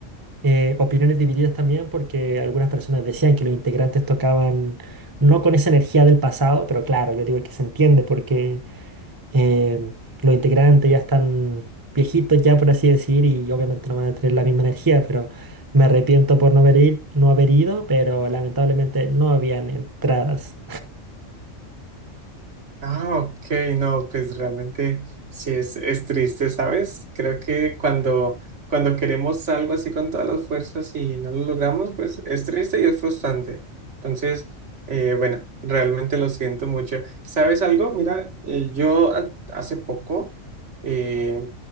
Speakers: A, on the right; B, on the right.
A: Eh, opiniones divididas también porque algunas personas decían que los integrantes tocaban no con esa energía del pasado, pero claro, yo digo que se entiende porque eh, los integrantes ya están viejitos ya, por así decir, y obviamente no van a tener la misma energía, pero me arrepiento por no haber, ir- no haber ido, pero lamentablemente no habían entradas.
B: Ah, ok, no, pues realmente sí es, es triste, ¿sabes? Creo que cuando, cuando queremos algo así con todas las fuerzas y no lo logramos, pues es triste y es frustrante. Entonces, eh, bueno, realmente lo siento mucho. ¿Sabes algo? Mira, eh, yo ha- hace poco eh,